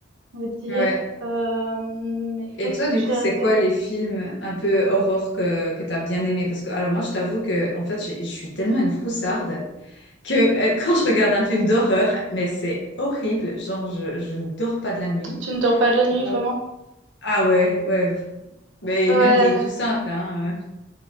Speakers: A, on the right (about 80°); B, on the left (about 65°).
A: On va dire,
B: Ouais.
A: hem, mais
B: Et
A: est-ce
B: toi,
A: que
B: du
A: j'ai
B: coup, c'est
A: regardé?
B: quoi les films un peu horreur que, que t'as bien aimé? Parce que, alors moi, je t'avoue que, en fait, j'ai- je suis tellement une froussarde que euh, <laughs> quand je regarde un film d'horreur, mais c'est horrible, genre, je, je ne dors pas de la nuit.
A: Tu ne dors pas de la nuit,
B: Donc,
A: vraiment?
B: ah ouais, ouais, mais
A: Ouais.
B: même des tout simples, hein. euh.